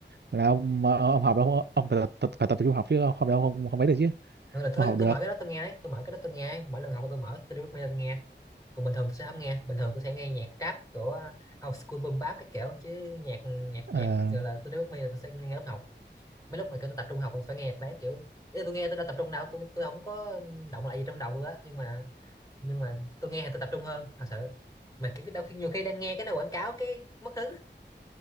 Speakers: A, on the right; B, on the left.
A: là ông ờ, ông học đâu ông phải tập, phải tập trung học chứ không đâu không không ấy được chứ
B: Thật là thôi
A: không học
B: tôi
A: được
B: mở cái đó tôi nghe đấy tôi mở cái đó tôi nghe ấy. mỗi lần học tôi mở tôi me lên nghe còn bình thường tôi sẽ không nghe bình thường tôi sẽ nghe nhạc rap của old school boom bap các kiểu chứ nhạc nhạc
A: Ờ,
B: nhạc gọi là tôi đưa me là tôi sẽ nghe lớp học mấy lúc mà kiểu tôi tập trung học tôi phải nghe nhạc đấy kiểu ý là tôi nghe tôi đã tập trung đâu tôi tôi không có động lại gì trong đầu tôi á nhưng mà nhưng mà tôi nghe thì tôi tập trung hơn thật sự mà kiểu đôi khi nhiều khi đang nghe cái nào quảng cáo cái mất hứng